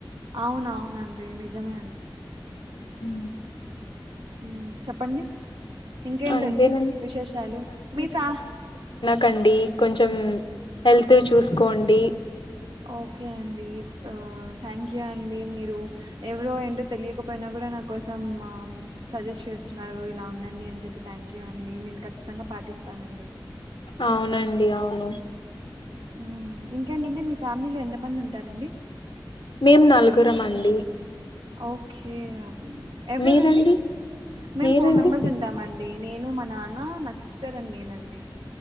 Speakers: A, on the right; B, on the left.
A: అవునునవునండి నిజమే అండి.
B: హ్మ్!
A: ఉ చెప్పండి. ఇంకేంటండి
B: అంతేనండి
A: విశేషాలు మీ ఫ్యా
B: కండి కొంచెం హెల్త్ చూసుకోండి.
A: ఓకే అండి ఆ థ్యాంక్ యూ అండి మీరు ఎవరో ఏంటో తెలియకపోయినా కూడా నా కోసం ఆమ్ సజెస్ట్ చేస్తున్నారు. ఇలా ఉండండి అని చెప్పి థ్యాంక్ యూ అండి నేను ఖచ్చితంగా పాటిస్తానండి.
B: అవునండి. అవును.
A: ఉమ్, ఇంకేంటండి మీ ఫ్యామిలీలో ఎంత మంది ఉంటారండి?
B: మేం నలుగురం అండి.
A: ఓకే ఎవరెవరండి
B: మీరండి
A: మేము
B: మీరండి
A: ఫోర్ మెంబర్స్ ఉంటామండి. నేను మా నాన్న, నా సిస్టర్ అండ్ నేనండి.